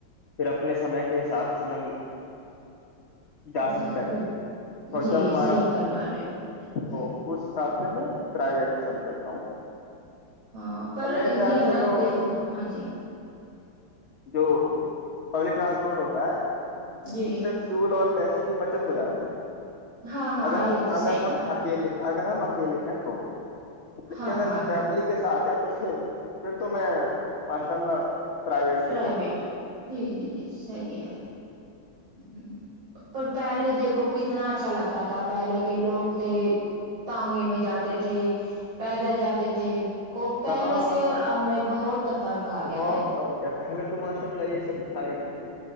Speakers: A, on the left (about 35°); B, on the right (about 80°).
A: پھر اپنے سمے کے حساب چ ہم ہم <inaudible> جا سکتا
B: جی جی
A: ہے
B: بالکل
A: اور
B: جی
A: جب ہمارا
B: صحیح فرما رہے ہو
A: وہ اس حساب سے سے میں پرائیویٹ پسند کرتا ہوں
B: ہاں پر
A: اور میرے خیال
B: یہ نا
A: سے تو
B: دیکھو ہاں جی <unintelligible>
A: جو پبلک ٹرانسپورٹ ہوتا ہے
B: جی
A: اس سے سول اور پیسے کی بچت ہو جاتی ہے
B: ہاں ہاں
A: اگر ہم
B: یہ تو
A: اگر
B: صحیح
A: ہم
B: فرما رہے
A: اکیلے اگر ہم کےلے ہیں تو لیکن
B: ہاں
A: اگر
B: ہاں
A: فیملی
B: ہاں
A: کے ساتھ ہے تو تو پھر پھر تو میں ماشاء اللہ پرائیویٹ
B: پرائیویٹ
A: سے ہی جاؤں گا
B: جی جی جی صحیح ہے ہ ہ پر پہلے دیکھو کتنا اچھا لگتا تھا پہلے کے لوگ تھے تٹانگے میں جاتے تھے پیدل جاتے تھے وہ پہلے
A: ہاں ہاں
B: سے
A: ہاں
B: اور اب میں بہت فرق آ
A: بہت
B: گیا ہے
A: فرق ہے پہلے تو ماشاء اللہ یہ سب تھا ہی نہیں